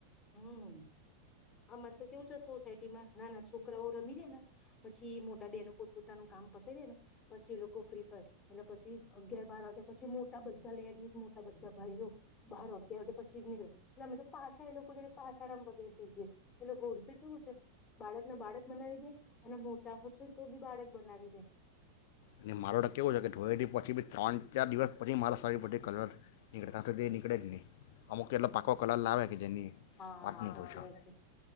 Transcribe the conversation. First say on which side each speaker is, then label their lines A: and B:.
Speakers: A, on the left; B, on the left.
A: હમ અમારે તો કેવું છે સોસાયટીમાં નાના છોકરાઓ રમી જાય ને પછી મોટા દેનો પોતાનું કામ પતા જે ને પછી એ લોકો ફ્રી પ એલે પછી અગિયાર બાર વાગ્યા પછી મોટા બધા લેડીસ મોટા બધા ભાઈઓ બાર અગિયાર વાગે પછી નીળે એ તો પાછા એ લોકો લોકોને પાછામ વધે થ જ એટલે હોડ તો કેવું છે બાળકને બાળક બનાવી દે અને મોટા હો છો તો બી બાળક બનાવી દે
B: અને મારો તો કેવું છે કે ઢોઈ પછી બી ત્રણ ચાર દિવસ પછી મારો સરી બધી કલર નીકળે ત તો તે એ નીકળે જ નહીં અમુક એટલો પાકો કલર લાવે કે જેની
A: હા
B: વાત નહીં
A: સાચી
B: પૂછો
A: વાત છે